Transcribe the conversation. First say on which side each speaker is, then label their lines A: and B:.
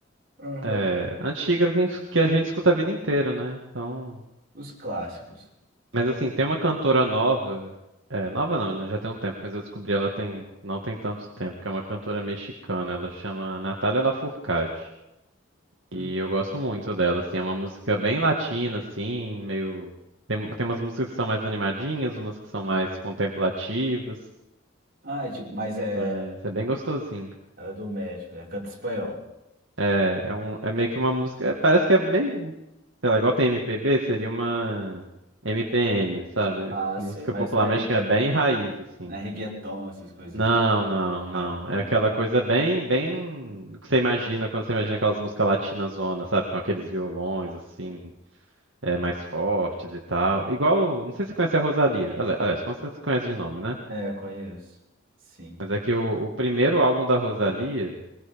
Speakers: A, on the right; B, on the right.
A: Aham.
B: é, antigas que a gente que a gente escuta a vida inteira, né? Então,
A: Os clássicos.
B: mas assim, tem uma cantora nova, é, nova não, né, já tem um tempo, mas eu descobri ela tem não tem tanto tempo, que é uma cantora mexicana, ela chama Natália Lafourcade. E
A: Hum.
B: eu gosto muito dela, assim, é uma música bem latina, assim, meio tem, tem umas músicas que são mais animadinhas, umas que são mais contemplativas.
A: Ah, é tipo, mas é.
B: Mas é bem gostosinho.
A: Ela é do México, né? Canta espanhol.
B: É, é um, é meio que uma música. é, Parece que é meio. Sei lá, igual tem MPB, seria uma MPM, sabe?
A: Ah, sei.
B: Música
A: Mas
B: popular
A: não é
B: mexicana
A: reggae,
B: é bem raiz, assim.
A: não é reggaeton, essas coisas.
B: Não, não, não.
A: Ah, porque eu
B: É
A: não
B: aquela
A: gosto.
B: coisa bem, bem. O que você imagina quando você imagina aquelas músicas latinas zona, sabe? Com aqueles violões, assim, é, mais fortes e tal. Igual. Não sei se você conhece a Rosalía. Ali- Aliás, como você conhece de nome, né?
A: É, conheço. Sim.
B: Mas é que o, o primeiro álbum da Rosalía.